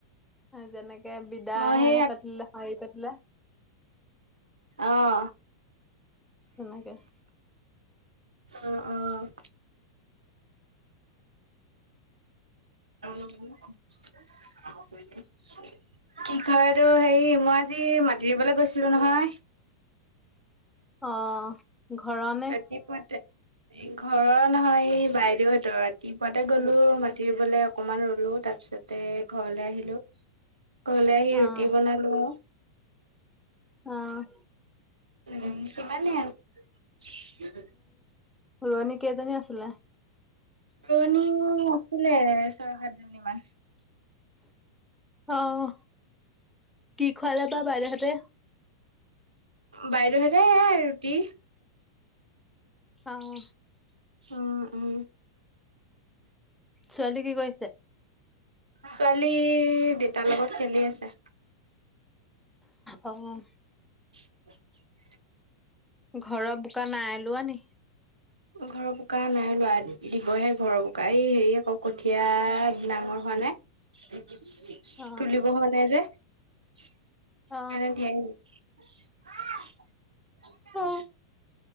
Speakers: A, in the centre; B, on the right (about 85°).
A: যেনেকে বিদায়
B: মই
A: হে
B: সেই
A: পাতিলে হেৰি পাতিলে।
B: অহ।
A: তেনেকে।
B: অ', অ'। <inaudible> কি কয় সেইটো হেৰি মই আজি মাতি ৰুবলৈ গৈছিলো নহয়।
A: অ'। ঘৰৰ ন
B: ৰাতিপুৱাতে <unintelligible> ঘৰৰ নহয় এই বাইদেউহঁতৰ ৰাতিপুৱাতে গ'লো মাতি ৰুবলৈ অকণমান ৰুলো তাৰপিছত তে ঘৰলৈ আহিলোঁ।
A: <inaudible>
B: ঘৰলে আহি ৰুটি
A: অ',
B: বনালো।
A: অ'।
B: উম, সিমানেই আৰু।
A: ৰোৱনি কেইজনী আছিলে?
B: ৰোৱনি আছিলে ছয় সাতজনী মান।
A: অ', কি খোৱালে বা বাইদেউহঁতে?
B: বাইদেউহেঁতে এই এই ৰুটি।
A: অহ।
B: উম, উম।
A: ছোৱালী কি কৰিছে?
B: ছোৱালী দেতাৰ লগত খেলি আছে।
A: অ'।
B: <inaudible>
A: ঘৰৰ বোকা আই লোৱা নি?
B: ঘৰৰ বোকা নাই লোৱা দিবহে ঘৰৰ বোকা এই হেৰি আকৌ কঠীয়া ডাঙৰ হোৱা নাই।
A: অ
B: তুলিব হোৱা নাই যে সেইকাৰণে
A: অ
B: দিয়াই নাই। <inaudible>
A: অ